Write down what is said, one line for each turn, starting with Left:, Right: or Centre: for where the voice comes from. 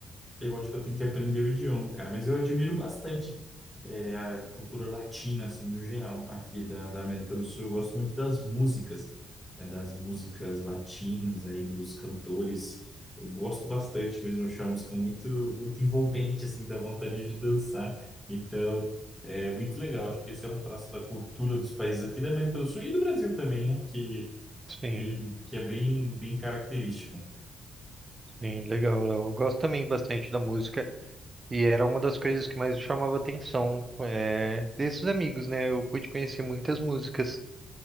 Centre: eu acho que eu tenho que aprender o idioma, cara. Mas eu admiro bastante é, a cultura latina, assim, no geral, aqui da, da América do Sul. Eu gosto muito das músicas, né, das músicas latinas aí, dos cantores eu gosto bastante mesmo, acho uma música muito, muito envolvente, assim, dá vontade de dançar. Então, é muito legal. Acho que esse é um traço da cultura dos países aqui da América do Sul e do Brasil também, né? Que,
Right: Sim,
Centre: que, que é bem, bem característico.
Right: sim, legal, Léo. Eu gosto também bastante da música e era uma das coisas que mais chamava atenção é, desses amigos, né? Eu pude conhecer muitas músicas